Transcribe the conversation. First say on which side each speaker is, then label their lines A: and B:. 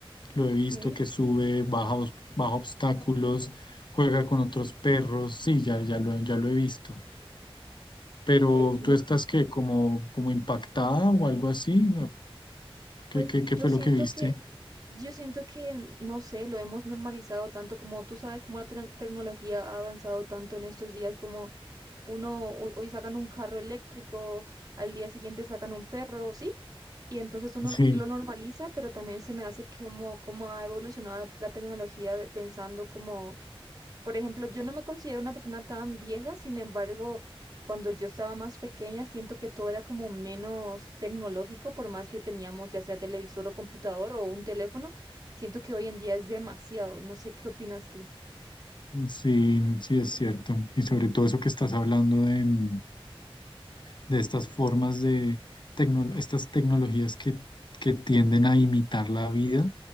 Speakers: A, on the left; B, on the right.
A: Lo he visto
B: Ok.
A: que sube, baja, os- baja obstáculos, juega con otros perros. Sí, ya, ya lo, ya lo he visto. Pero
B: Es, es, no,
A: tú estás qué, como, como impactada o algo así.
B: Pues
A: ¿Qué, qué,
B: yo
A: qué fue
B: siento
A: lo que viste?
B: que, yo siento que, no sé, lo hemos normalizado tanto como tú sabes, como la tec- tecnología ha avanzado tanto en estos días, como uno, hoy, hoy sacan un carro eléctrico, al día siguiente sacan un perro, ¿sí? Y entonces uno no,
A: Sí,
B: lo normaliza, pero también se me hace que como, como ha evolucionado la tecnología de- pensando como... Por ejemplo, yo no me considero una persona tan vieja, sin embargo, cuando yo estaba más pequeña, siento que todo era como menos tecnológico, por más que teníamos ya sea televisor o computador o un teléfono, siento que hoy en día es demasiado. No sé qué opinas tú.
A: sí, sí es cierto. Y sobre todo eso que estás hablando de, mm, de estas formas de tecno- estas tecnologías que, que tienden a imitar la vida.